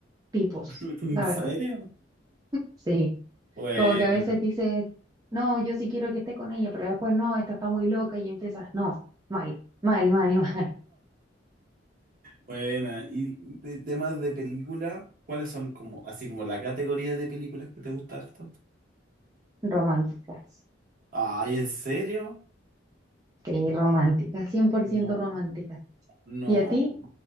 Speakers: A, on the right (about 20°); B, on the right (about 50°).
A: tipos,
B: <laughs> ¿En
A: la
B: serio?
A: verdad. Sí,
B: Bueno,
A: como que a veces dices, no, yo sí quiero que esté con ella, pero después no, esta está muy loca y empiezas, no, mal, mal, mal, <laughs> mal,
B: buena. Y de temas de película, ¿cuáles son como, así como la categoría de películas que te gusta harto?
A: románticas.
B: Ay, ¿en serio?
A: Sí, romántica, 100%
B: No,
A: romántica.
B: no,
A: ¿Y a ti?